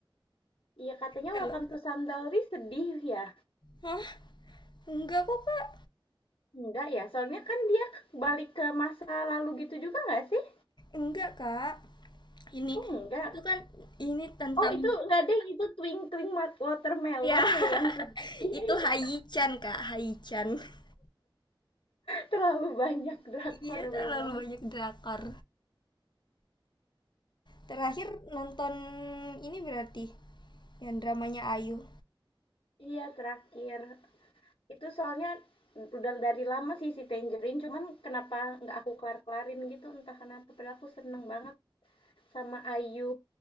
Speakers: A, on the left; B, on the left.
A: Iya katanya
B: <laughs> Kalau
A: Welcome to Sandalri sedih ya?
B: Hah? Enggak kok, Kak.
A: Enggak ya, soalnya kan dia balik ke masa lalu gitu juga nggak sih?
B: Enggak, Kak. Ini
A: Oh enggak.
B: itu kan ini tentang
A: Oh itu enggak deh, itu Twinkling Mat- Watermelon
B: Ya, <laughs>
A: ya yang sedih. <laughs>
B: itu Haichan Kak, Haichan. <laughs>
A: Terlalu banyak drakor
B: Iya,
A: memang.
B: terlalu banyak drakor. Terakhir nonton ini berarti yang dramanya Ayu.
A: Iya terakhir. Itu soalnya udah dari lama sih si Tangerine, cuman kenapa nggak aku kelar-kelarin gitu entah kenapa. Padahal aku seneng banget sama Ayu.